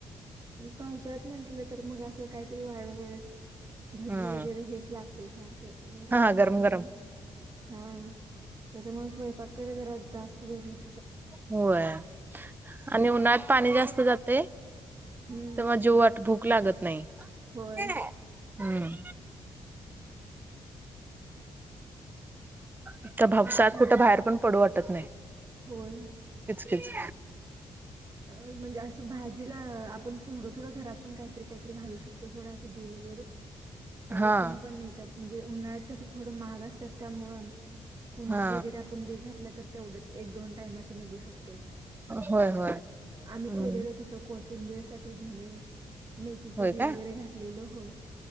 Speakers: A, on the right (about 40°); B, on the right (about 20°).
A: पावसळ्यात म्हटलं तर मग असं काहीतरी वाढ वाळवळच. भजी
B: हा
A: वगैरे हेच लागते सारखं वडा
B: हा हा,
A: भजी
B: गरम गरम
A: हा त्याच्यामुळे स्वयंपाककडे जरा जास्त जोडलात
B: होय आणि उन्हाळ्यात पाणी जास्त जातय
A: हम्म
B: तर मग जेवाट भूक लागत नाही हम्म
A: होय
B: त्या
A: मग
B: भावसात
A: त्याला
B: कुठं बाहेर पण पडू वाटत नाही
A: होय.
B: कीच कीच.
A: आ. म्हणजे असं भाजीला आपण थोडं थोडं घरात पण काहीतरी काहीतरी घालू शकतो थोडं असं बी वगैरे. त्याच्यातून
B: हा
A: पण नेतात म्हणजे उन्हाळ्यात कसं थोडं महाग असतात त्यामुळं कुंडीत
B: हा
A: वगैरे आपण बी घातलं तर तेवढंच एक दोन टायमाच निघू शकतेय तस.
B: होय होय.
A: आम्ही
B: हम्म
A: केलेलो तसं कोथिंबीर साठी धणे मेथीचे
B: होय
A: बी
B: का
A: वगैरे घातलेलो होय.